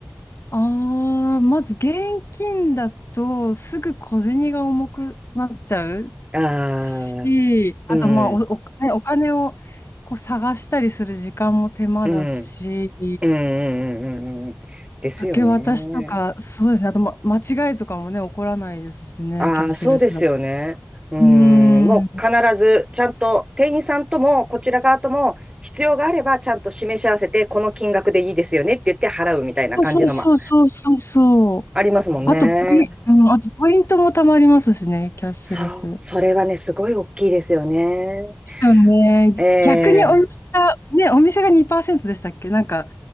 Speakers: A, on the left (about 60°); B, on the right (about 20°).
A: ああ、まず現金だとすぐ小銭が重くなっちゃうし、
B: ああー、
A: あとまあお、
B: うん、
A: お、ねお金をこう探したりする時間も手間だし、
B: うん、うん、うん、うん、うん。うんですよね。
A: 受け渡しとか、そうですね、あと、ま、間違いとかもね、起こらないですしね、
B: ああ、
A: キャッシュレスだと。
B: そうですよね。うん、
A: うーん。
B: もう必ずちゃんと店員さんともこちら側とも必要があればちゃんと示し合わせてこの金額でいいですよねって言って払うみたいな感じのも
A: そうそうそうそうそうそう。
B: ありますもんね。
A: あとポイン、うん、あとポイントも貯まりますしね、キャッシュレス。
B: そう、それはね、すごい大きいですよね。
A: そうね。
B: ええ
A: 逆にお店が、ね、お店が2%でしたっけなんか、